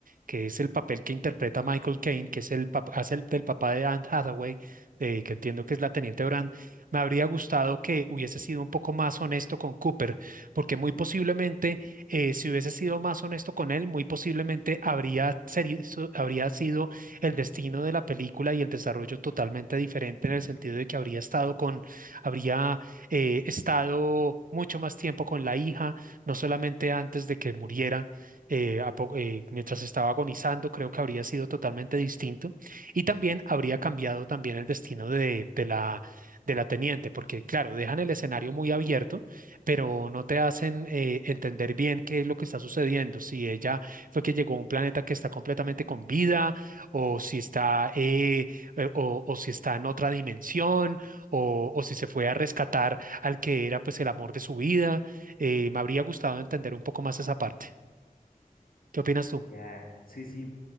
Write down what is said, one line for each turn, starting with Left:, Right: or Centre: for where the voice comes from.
Right: que es el papel que interpreta Michael Caine, que es el pap- hace el del papá de Anne Hathaway, eh, que entiendo que es la teniente Brand, me habría gustado que hubiese sido un poco más honesto con Cooper, porque muy posiblemente eh, si hubiese sido más honesto con él, muy posiblemente habría, seri- so- habría sido el destino de la película y el desarrollo totalmente diferente en el sentido de que habría estado con, habría eh, estado mucho más tiempo con la hija, no solamente antes de que muriera, eh, a po- eh, mientras estaba agonizando, creo que habría sido totalmente distinto y también habría cambiado también el destino de, de la, de la teniente, porque claro, dejan el escenario muy abierto pero no te hacen eh, entender bien qué es lo que está sucediendo, si ella fue que llegó a un planeta que está completamente con vida, o si está, eh, eh, o, o si está en otra dimensión, o, o si se fue a rescatar al que era pues el amor de su vida. Eh, me habría gustado entender un poco más esa parte. ¿Qué opinas tú?
Left: Ya, sí, sí.